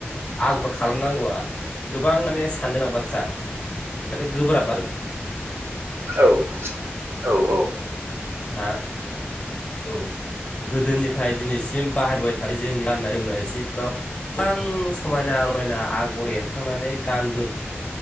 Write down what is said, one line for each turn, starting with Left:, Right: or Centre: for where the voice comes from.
Left: आगर खालामनांगौआ गोबां माने साननो गोनां बाथ्रा माने गोबोराब आरो
Right: औ औ औ
Left: हा औ गोदोनिफ्राय दिनैसिम बाहायबाय थानाय जोंनि गाननाय जोमनाय सिफोराव गां समायना रमायना आगर एरखांनानै गानबो